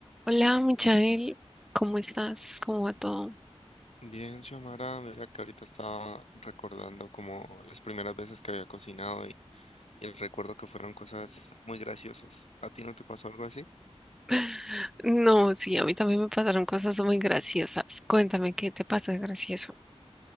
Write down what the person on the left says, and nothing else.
Bien, Xiomara, mira que ahorita estaba recordando como las primeras veces que había cocinado y, y el recuerdo que fueron cosas muy graciosas. ¿A ti no te pasó algo así?